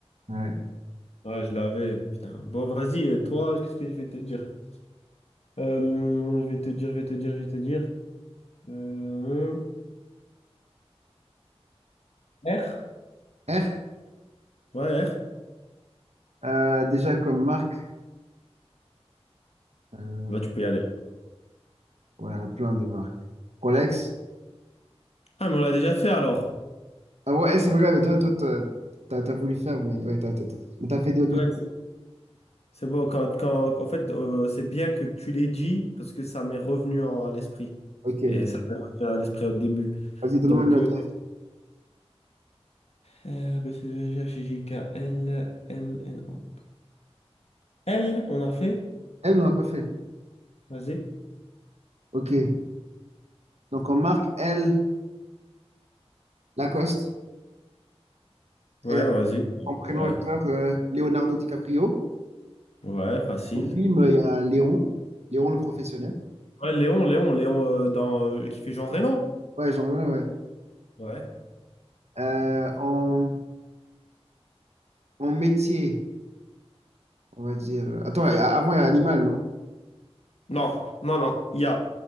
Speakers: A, on the right (about 80°); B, on the left (about 70°).
A: Ouais.
B: Ah, je l'avais, putain. Bon, vas-y, euh, toi, qu'est-ce que je vais te dire? Euh, je vais te dire, je vais te dire, je vais te dire. Euh, R?
A: R.
B: Ouais, R.
A: Euh, déjà comme marque, euh,
B: Bah, tu peux y aller.
A: ouais, on a plein de marques. Rolex.
B: Ah, mais on l'a déjà fait alors.
A: Ah ouais, c'est vrai, mais toi, toi, t'as, t'as- t'as voulu faire, mais ouais, t'as, t'as- t'as- mais t'as fait d'autres.
B: Ouais,
A: d'autres-
B: c'est c'est bon, quand, quand, en fait, euh, c'est bien que tu l'aies dit parce que ça m'est revenu en- à l'esprit.
A: Ok, ok.
B: Et ça m'est revenu à l'esprit au début.
A: Vas-y, donne-moi
B: Donc,
A: une autre
B: euh,
A: lettre.
B: R, B, C, D, E, F, G, H, I, J, K, L, M, N, O. Elle, on a fait.
A: Elle, n'en a pas fait.
B: Vas-y.
A: Ok. Donc en marque, elle, Lacoste.
B: Ouais,
A: Et
B: vas-y.
A: en prénom
B: Ouais,
A: acteur, euh, Leonardo DiCaprio.
B: ouais, facile.
A: En film,
B: T'es
A: il
B: bon.
A: y a Léon. Léon le professionnel.
B: Ouais, Léon, Léon, Léon euh, dans, euh, qui fait Jean Reno.
A: Ouais, genre, ouais. ouais.
B: Ouais.
A: Euh, en, en métier, on va dire. Attends, avant, il y a Animal, non?
B: Non, non, non. Il y a